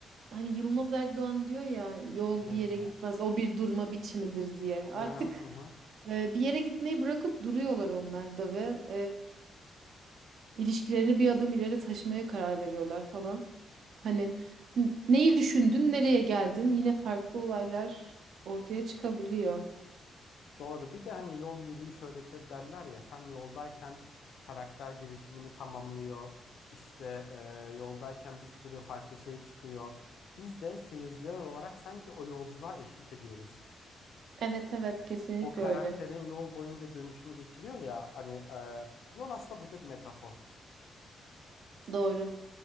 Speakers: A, on the right (about 65°); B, on the left (about 65°).
A: hani Yılmaz Erdoğan diyor ya yol
B: Ne
A: bir yere
B: diyor?
A: gitmez o bir durma biçimidir diye. Artık
B: Hı hı hı. hı.
A: e, bir yere gitmeyi bırakıp duruyorlar onlar da ve İlişkilerini bir adım ileri taşımaya karar veriyorlar falan. Hani n- neyi düşündün, nereye geldin? Yine farklı olaylar ortaya çıkabiliyor.
B: Doğru. Bir de hani yol yürüyüş öğretir derler ya. Sen yoldayken karakter gelişimini tamamlıyor. İşte e, yoldayken bir sürü farklı şey çıkıyor. Biz de seyirciler olarak sanki o yolculuğa eşlik ediyoruz.
A: Evet evet kesinlikle
B: O karakterin
A: öyle.
B: yol boyunca dönüşüm geçiriyor ya. Hani e, yol aslında burada bir metafor.
A: Doğru.